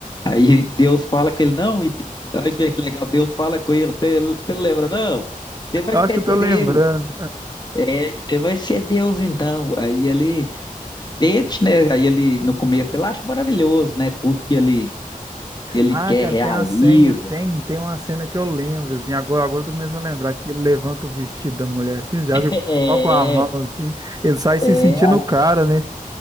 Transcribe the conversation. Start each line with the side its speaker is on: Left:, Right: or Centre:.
Left: Aí Deus fala com ele, não, e- aí fica legal, Deus fala com ele, você não lembra, não? Você vai
Right: eu
Left: ser
Right: acho que
Left: Deus.
Right: eu tô lembrando.
Left: É, você vai ser Deus então. Aí ele sente, né? Aí ele, no começo, ele acha maravilhoso, né? Tudo que ele, ele
Right: Ah,
Left: quer
Right: cara,
Left: realiza.
Right: tem a senha, tem, tem uma cena que eu lembro, assim, agora, agora eu tô começando a lembrar que ele levanta o vestido da mulher, assim, já viu?
Left: É,
Right: Só com a mão, assim, ele sai se
Left: é,
Right: sentindo o cara, né?